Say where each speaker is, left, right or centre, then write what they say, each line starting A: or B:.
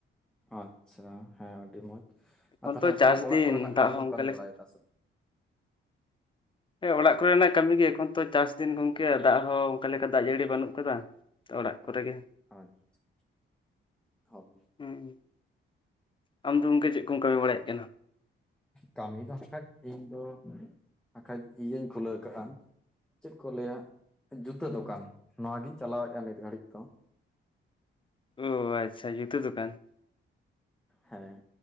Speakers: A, in the centre; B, on the left.
A: ᱟᱪᱪᱷᱟ ᱦᱮᱸ ᱟᱹᱰᱤ ᱢᱚᱸᱡᱽ
B: ᱮᱠᱷᱚᱱ
A: ᱟᱨ ᱛᱟᱦᱚᱞᱮ
B: ᱛᱚ
A: ᱚᱱᱠᱟᱱᱟᱜ
B: ᱪᱟᱥ
A: ᱚᱲᱟᱜ
B: ᱫᱤᱱ
A: ᱠᱚᱨᱮᱱᱟᱜ
B: ᱫᱟᱜ
A: ᱠᱟᱹᱢᱤ
B: ᱦᱚᱸ
A: ᱫᱚᱢ
B: ᱚᱱᱠᱟ
A: ᱠᱟᱹᱢᱤ
B: ᱞᱮᱠᱟ
A: ᱵᱟᱲᱟᱭ ᱫᱟ ᱥᱮ ᱵᱟᱝ?
B: ᱦᱮᱸ ᱚᱲᱟᱜ ᱠᱚᱨᱮᱱᱟᱜ ᱠᱟᱹᱢᱤ ᱜᱮ ᱮᱠᱷᱚᱱ ᱛᱚ ᱪᱟᱥ ᱫᱤᱱ ᱜᱚᱝᱠᱮ ᱫᱟᱜ ᱦᱚᱸ ᱚᱱᱠᱟ ᱞᱮᱠᱟ ᱫᱟᱜ ᱡᱟᱹᱲᱤ ᱵᱟᱹᱱᱩᱜ ᱟᱠᱟᱫᱟ᱾ ᱚᱲᱟᱜ ᱠᱚᱨᱮ ᱜᱮ ᱾
A: ᱟᱪᱪᱷᱟ ᱦᱳᱭ ᱾
B: ᱦᱩᱸ ᱟᱢ ᱫᱚ ᱜᱚᱢᱠᱮ ᱪᱮᱫ ᱠᱚᱢ ᱠᱟᱹᱢᱤ ᱵᱟᱲᱟᱭᱮᱫ ᱠᱟᱱᱟ?
A: ᱠᱟᱹᱢᱤ ᱫᱚ ᱦᱠᱷᱟᱡ ᱤᱧ ᱫᱚ ᱦᱟᱠᱷᱟᱡ ᱤᱭᱟᱹᱧ ᱠᱷᱩᱞᱟᱹᱣ ᱟᱠᱟᱫᱼᱟ ᱾ ᱪᱮᱫ ᱠᱚ ᱞᱟᱹᱭᱟ ᱡᱩᱛᱟᱹ ᱫᱚᱠᱟᱱ ᱱᱚᱣᱟᱜᱤᱧ ᱪᱟᱞᱟᱣᱮᱫᱼᱟ ᱱᱤᱛ ᱜᱷᱟᱹᱲᱤᱡ ᱫᱚ ᱾
B: ᱚ ᱟᱪᱪᱷᱟ ᱡᱩᱛᱟᱹ ᱫᱚᱠᱟᱱ ᱾
A: ᱦᱮᱸ